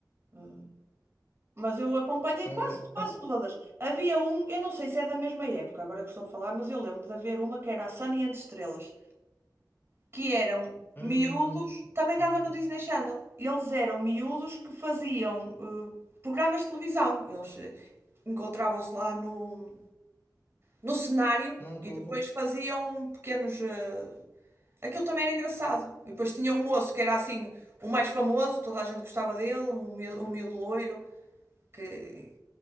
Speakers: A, on the right; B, on the left.
A: Hum, Mas eu acompanhei
B: Hum,
A: quase, quase
B: ah, pá,
A: todas. Havia um, eu não sei se é da mesma época, agora que estou a falar, mas eu lembro de haver uma que era a Sunny and Estrelas, que eram
B: hum,
A: miúdos, também
B: hum,
A: dava no Disney Channel. Eles eram miúdos que faziam eh, programas de televisão. Eles eh, encontravam-se lá no, no cenário
B: não estou
A: e depois
B: a ver.
A: faziam pequenos. eh, Aquilo também era engraçado. E depois tinha um moço que era assim, o mais famoso, toda a gente gostava dele, um miúdo, um miúdo loiro, que,